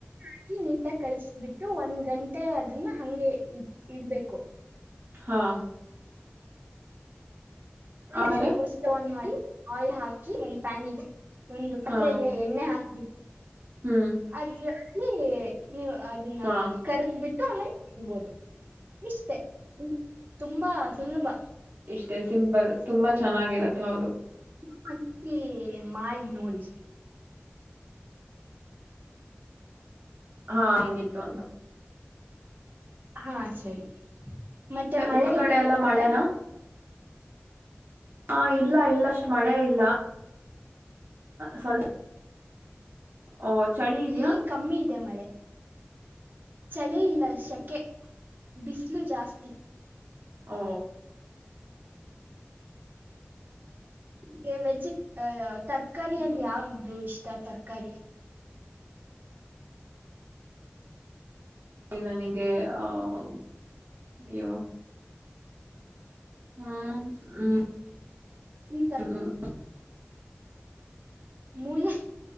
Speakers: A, on the right; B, on the right.
A: ಅಕಿ ನೀಟಾಗ ಕಲ್ಸಬಿಟ್ಟು ಒಂದ್ ಗಂಟೆ ಅದನ್ನ ಹಂಗೆ ಇ ಇಡ್ಬೇಕು
B: ಹಾ
A: <inaudible>
B: ಆಮೇಲೆ
A: ಮಾಡಿ ಆಯಿಲ್ ಹಾಕಿ ಒಂದ್ ಪ್ಯಾನಿಗೆ. ಒಂದು ಪಾತ್ರೆಗೆ
B: ಹಾ
A: ಎಣ್ಣೆ ಹಾಕ್ಬಿಟ್ಟು
B: ಹ್ಮ್
A: ಅದ್ರಲ್ಲಿ ನೀವು ಅದನ್ನ
B: ಹಾ
A: ಕರೆದ್ ಬಿಟ್ಟು ಆಮೇಲೆ ತಿನ್ಬೋದು ಇಷ್ಟೇ ತುಂಬಾ ಸುಲಭ
B: ಇದೆ ಸಿಂಪಲ್ ತುಂಬಾ ಚೆನ್ನಾಗಿರತ್ತೆ ಹೌದು
A: <inaudible> ಸತಿ ಮಾಡ್ ನೋಡಿ.
B: ಹಾ ಹೆಂಗಿತ್ತು ಅಂತ
A: ಹಾ ಸರಿ ಮತ್ತೆ ಮಳೆ
B: ಊರ್
A: ಇದೆಯಾ
B: ಎಲ್ಲಾ
A: ನಿಮ್
B: ಮಳೆನಾ
A: ಕಡೆ
B: ಹಾ ಇಲ್ಲ ಇಲ್ಲ ಎಲ್ಲಿ ಅಷ್ಟ್ ಮಳೆ ಇಲ್ಲ ಸ್ವಲ್ಪ ಓ ಚಳಿ ಇದಿಯಾ
A: ಇಲ್ಲಿ ಕಮ್ಮಿ ಇದೆ ಮಳೆ ಚಳಿ ಇಲ್ಲ ಶೆಕೆ ಬಿಸಿಲು ಜಾಸ್ತಿ
B: ಹ
A: ಗೆ ವೆಜಿಟ್ ತರಕಾರಿಯಲ್ಲಿ
B: ಇದು
A: ಯಾವಿದು ಇಷ್ಟ ತರಕಾರಿ
B: ನನಗೆ ಆಹ ಇವು ಹ್ಮ್ ಹ್ಮ್
A: ಈ
B: ಹ್ಮ್
A: <inaudible> ಮೂಲ.